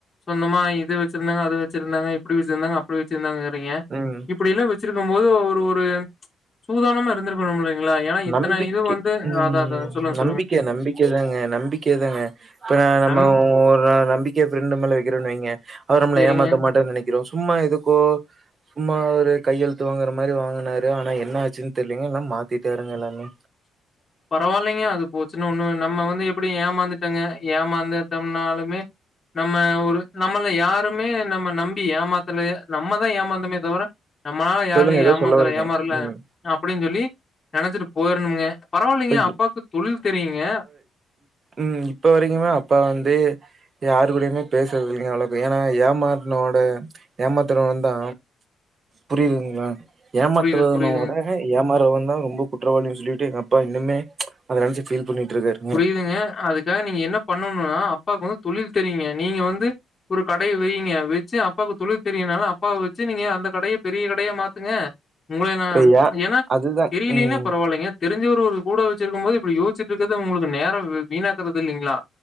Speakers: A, on the left (about 30°); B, on the right (about 40°).
A: சொந்தமா இது வெச்சுருந்தாங்க அது வெச்சுருந்தாங்க இப்டி வெச்சுருந்தாங்க அப்டி வெச்சுருந்தாங்க ங்க
B: ம்.
A: இப்டியெல்லா வெச்சிருக்கும் போது ஒரு ஒரு சூதானமா இருந்திருக்க பண்ணும் முடியீங்ளா ஏன்னா இத்தன
B: நம்பிக்கை
A: இது வந்து
B: ம்.
A: அதா அதா சொல்லுங்க சார்
B: நம்பிக்கை நம்பிக்கை தாங்க நம்பிக்கை தாங்க இப்ப நம்ம
A: நம்
B: ஒரு நம்பிக்கைய ஃபிரண்டு மேல வக்குறேன்னு வைங்க அவர் நம்ம
A: சரிங்க.
B: ஏமாத்த மாட்டேன்னு நெனக்க இருக்குறோ சும்மா எதுக்கோ சும்மா ஒரு கையெழுத்து வாங்குற மாரி வாங்குனாரு ஆனா என்ன ஆச்சுன்னு தெரியலைங்க எல்லா மாத்திட்டாருங்க எல்லாமே
A: பரவாயில்லைங்க அது போச்சுன்னா ஒன்னு நம்ம வந்து எப்டி ஏமாந்துட்டங்க ஏமாந்துட்டம்னாலுமே நம்ம ஒரு நம்மள யாருமே நம்ம நம்பி ஏமாத்தல நம்மதா ஏமாந்த தே தவிர நம்மளால யாரையு
B: சொல்லுங்க ஏதோ
A: ஏமாந்து
B: சொல்ல வர்றீங்க.
A: ஏமாறல
B: ம்.
A: அப்டின் சொல்லி நெனச்சுட்டு போயிரும்னுங்க பரவாயில்லைங்க
B: இப்ப
A: அப்பாக்கு தொழில் தெரியுங்க
B: உம் இப்ப வரைக்குமே அப்பா வந்து யாரு கூடையுமே பேசுறது இல்லைங்க அவ்ளோக்கு ஏன்னா ஏமாத்துனோட ஏமாத்துரவந்தா புரியுதுங்ளா ஏமாத்துறனோட
A: புரியுது, புரியுதுங்க.
B: ஏமாறவ தா ரொம்ப குற்றவாளினு சொல்லிட்டு எங்கப்பா அப்பா இன்னுமே அத நெனச்சு ஃபீல் பண்ணிட்டு இருக்காரு
A: புரியுதுங்க அதுக்காக நீங்க என்ன பண்ணனுனா அப்பாவுக்கு வந்து தொழில் தெரியுங்க நீங்க வந்து ஒரு கடய வெய்ங்க வெச்சு அப்பாவுக்கு தொழில் தெரியுனால அப்பாவ வெச்சு நீங்க அந்த கடய பெரிய கடயா மாத்துங்க உங்கள நா
B: இப்ப ஏ
A: ஏன்னா
B: அதுதான்
A: தெரியலேன்னா
B: ம்
A: பரவா இல்லைங்க தெரிஞ்சவர் ஒரு கூட வெச்சிருக்கும் போது இப்டி யோச்சுட்டு இருக்குறது ஒங்களுக்கு நேரோ வீணாக்குறது இல்லைங்ளா